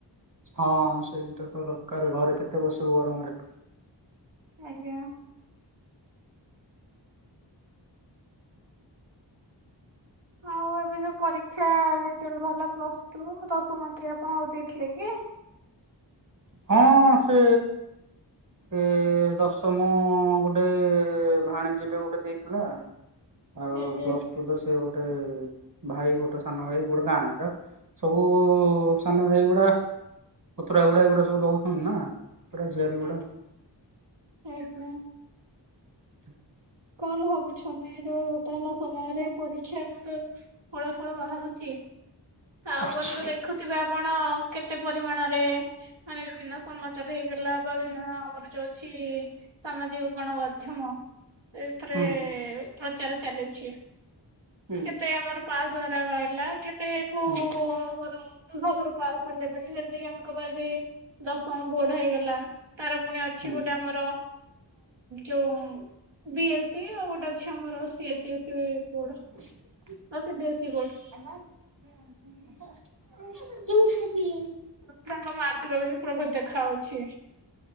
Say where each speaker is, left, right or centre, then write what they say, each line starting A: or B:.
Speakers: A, on the right; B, on the right.
A: ହଁ ସେଟ ତ ଦରକାର ଘରେ କେତେ ବସିବୁ ଗରମରେ।
B: ଆଜ୍ଞା। ଆଉ ଏବେ ଯୋଉ ପରୀକ୍ଷା ରେଜଲ୍ଟ ବାହାରିଲା ପ୍ଲସ ଟୁ ଦଶମ ଆଖିଆ ଆପଣ ଆଉ ଦେଇଥିଲେ କି?
A: ହଁ ସେ ଏ ଦଶମ ଗୋଟେ ଭାଣିଜିଟେ ଗୋଟେ ଦେଇଥିଲା। ଆଉ
B: ଆଜ୍ଞା
A: ପ୍ଲସ ଟୁ ତ ସେ ଗୋଟେ ଭାଇ ଗୋଟେ ସାନ ଭାଇ ଗୋଟେ ଗାଁ ର। ସବୁ ସାନ ଭାଇଗୁଡା ପୁତୁର ଗୁଡା ଏଗୁଡା ସବୁ ଦଉଛନ୍ତି ନା। ପୁରା ଝିଆରୀ
B: <unintelligible>
A: ଗୁଡା <inaudible>
B: କଣ ଭାବୁଛନ୍ତି ଯୋଉ ବର୍ତ୍ତମାନ ସମୟରେ ପରୀକ୍ଷା <inaudible> ଫଳା ଫଳ ବାହାରୁଛି ତାପରେ
A: ଆଚ୍ଛା
B: ତ ଦେଖୁଥିବେ ଆପଣ କେ କେତେ ପରିମାଣରେ ମାନେ ବିଭିନ୍ନ ସମାଚାର ହେଇଗଲା ବା ବିଭିନ୍ନ ଆମର ଯୋଉ ଅଛି ସାମାଜିକ ଗଣମାଧ୍ୟମ ସେଥିରେ
A: ହୁଁ।
B: ପ୍ରଚାର ଚାଲିଛି।
A: ହୁଁ
B: କେତେ ଆମର ପାସ୍ ଧରା ରହିଲା କେତେ କୋଉ
A: ହୁଁ
B: ଆମର ଦୁ ପାସ୍ ଯେମତି ଆମେ କପାରି ଦଶମ ବୋଡ ହେଇଗଲା ତାର ପୁଣି ଅଛି
A: ହୁଁ
B: ଗୋଟେ ଆମର ଯୋଉ ବି ଏସ୍ ସି ଆଉ ଗୋଟେ ଅଛି ଆମର ସି ଏଚ ସି ବୋର୍ଡ।
A: <inaudible>
B: ଆଉ ସି ବି ଏ ସି ବୋଡ।
A: <unintelligible>
B: ହାଲ୍କା ମାର୍ଗର ବି ପ୍ରଭତ ଦେଖାଯାଉଛି